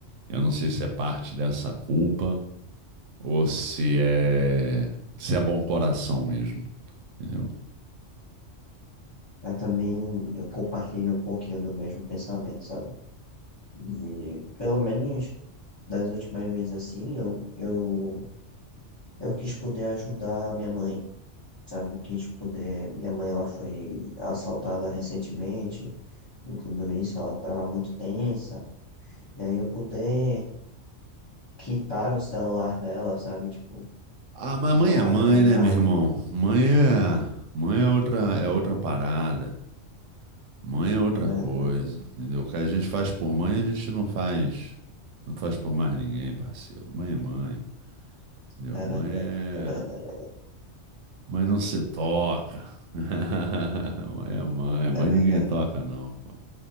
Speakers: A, on the right (about 85°); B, on the left (about 30°).
A: Eu não sei se é parte dessa culpa ou se é, se é bom coração mesmo, entendeu?
B: Eu também eu compartilho um pouquinho do mesmo pensamento, sabe? E pelo menos das últimas vezes assim, eu, eu, eu quis poder ajudar a minha mãe, sabe? Quis poder. Minha mãe ela foi assaltada recentemente e tudo isso, ela tava muito tensa. E aí eu poder quitar o celular dela, sabe? Tipo,
A: Ah, mas
B: já,
A: mãe é mãe,
B: já,
A: né, meu irmão? Mãe é, mãe é outra, é outra parada. Mãe é outra
B: é verdade,
A: coisa, entendeu? O que a gente faz por mãe, a gente não faz, não faz por mais ninguém, parceiro. Mãe é mãe, entendeu?
B: é
A: Mãe
B: verdade,
A: é,
B: é verdade,
A: mãe não se toca. <laughs> Mãe é mãe,
B: é
A: mãe
B: verdade.
A: ninguém toca não, pô.